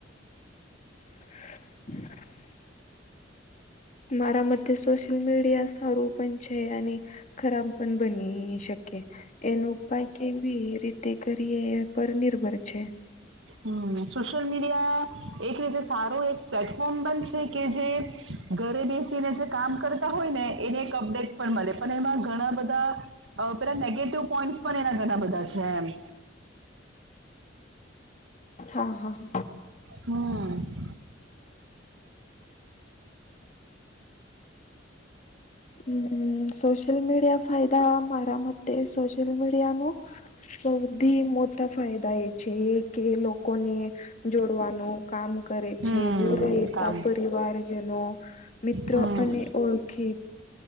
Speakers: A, on the left; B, on the right.
A: હ મારા મતે સોશિલ મીડિયા સારુંપં છે અને ખરાબ પણ બની શકે એનો ઉપાય કેવી રીતે કરીએ પર નિર્ભર છે
B: હમ સોશિયલ મીડિયા એક રીતે સારું એક પ્લેટફોર્મ બન છે કે જે ઘરે બેસીને જે કામ કરતા હોય ને એને એક અપડેટ પણ મળે પણ એમાં ઘણા બધા પેલા નેગેટિવ પોઈન્ટસ પણ એના ઘણા બધા છે એમ
A: હા હા હ
B: હમ
A: હમ સોશિયલ મીડિયા ફાયદા મારા મતે સોશિયલ મીડિયા ન બૌી મોટા ફાયદા એ છે કે લોકોને જોડવાનું કામ કરે છે
B: હમ
A: દૂર રહેતા
B: કામ
A: પરિવારજનો મિત્રો
B: હમ
A: અને ઓળખી